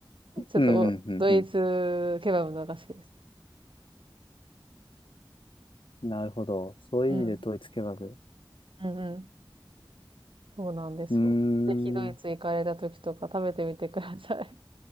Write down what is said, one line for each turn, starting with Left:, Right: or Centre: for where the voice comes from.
Right: <laughs>
Left: うん、
Right: ちょっとおドイツケバブの方が好きです。
Left: うん、うん、うん。なるほど。そういう意味で統一ケバブ。
Right: うん。うんうん。そうなんですよ。
Left: うーん。
Right: ぜひドイツ行かれた時とか食べてみてください。